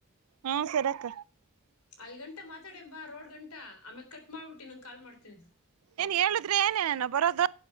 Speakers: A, on the right; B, on the left.
A: ಹು ಸರಿ ಅಕ್ಕ
B: ಅಲ್ ಗಂಟಾ ಮಾತ್ ಆ ಕಡೆ ಬಾ ರೋಡ್ ಗಂಟ ಆಮೇಲೆ ಕಟ್ ಮಾಡ್ಬಿಟ್ಟು ಇನ್ನೊಂದು ಕಾಲ್ ಮಾಡ್ತೀನಿ
A: ಏನ್ ಹೇಳಿದ್ರೆ ಏನೇನು ಬರೋದು